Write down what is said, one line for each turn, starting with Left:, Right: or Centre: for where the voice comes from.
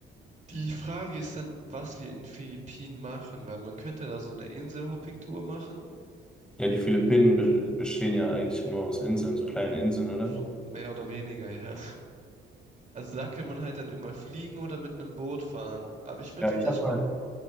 Right: Die Frage ist dann, was wir in den Philippinen machen, weil man könnte da so eine Inselhopping-Tour machen.
Centre: Ja, die Philippinen be- bestehen ja eigentlich nur aus Inseln, so kleinen Inseln, oder?
Right: So mehr oder weniger, ja. Also da kann man halt dann immer fliegen oder mit einem Boot fahren. Aber ich würde
Centre: Ja,
Right: tatsächlich
Centre: ich habe mal,
Right: mit,